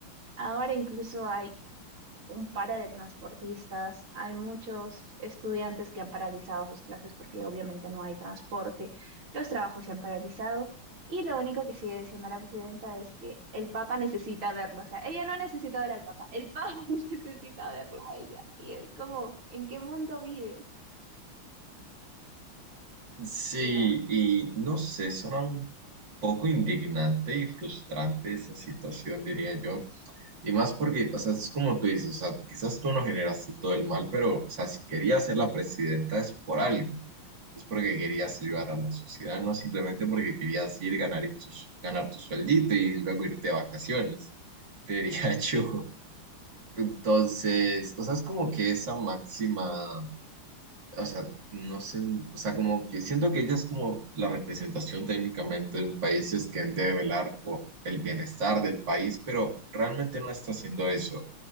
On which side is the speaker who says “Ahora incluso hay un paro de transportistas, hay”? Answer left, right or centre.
Right